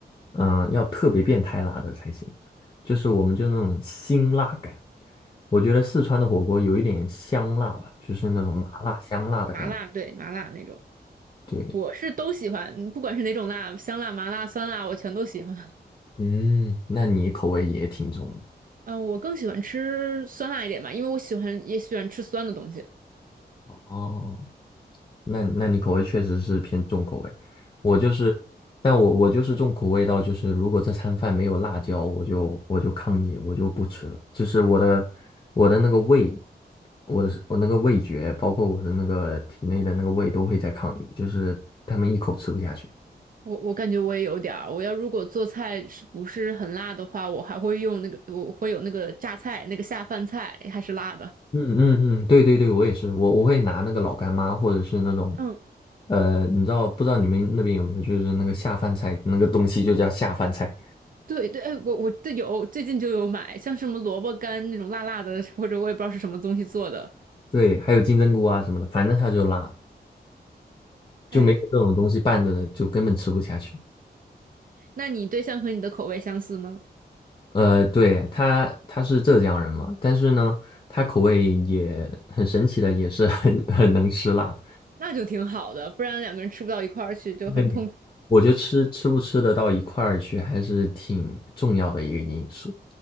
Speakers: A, on the left (about 30°); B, on the right (about 55°).
A: 嗯、要特别变态辣的才行，就是我们就那种辛辣感。我觉得四川的火锅有一点香辣吧，就是那种麻辣香辣的感觉。
B: 麻辣，对，麻辣那种。
A: 对，
B: 我是都喜欢，不管是哪种辣，香辣、麻辣、酸辣，我全都喜欢。
A: 嗯，那你口味也挺重的
B: 嗯、呃我更喜欢吃酸辣一点吧，因为我喜欢也喜欢吃酸的东西。
A: 哦。那那你口味确实是偏重口味，我就是，但我我就是重口味到就是，如果这餐饭没有辣椒，我就我就抗议，我就不吃了。就是我的我的那个胃，我的我那个味觉，包括我的那个体内的那个胃都会在抗议，就是他们一口吃不下去。
B: 我我感觉我也有点儿，我要如果做菜是不是很辣的话，我还会用那个，我会有那个榨菜，那个下饭菜还是辣的。
A: 嗯嗯嗯，对对对，我也是，我我会拿那个老干妈或者是那种，
B: 嗯，
A: 呃，你知道不知道你们那边有没有，就是那个下饭菜那个东西就叫下饭菜。
B: 对对，哎，我我这有最近就有买，像什么萝卜干那种辣辣的，或者我也不知道是什么东西做的。
A: 对，还有金针菇啊什么的，反正它就辣，
B: 哎，
A: 就没有这种东西拌着的，就根本吃不下去。
B: 那你对象和你的口味相似吗？
A: 呃，对，他他是浙江人嘛，但是呢，他口味也很神奇的，也是 <laughs> 很很能吃辣。
B: 那就挺好的，不然两个人吃不到一块儿去就很痛苦。
A: 对，我觉得吃吃不吃得到一块儿去，还是挺重要的一个因素。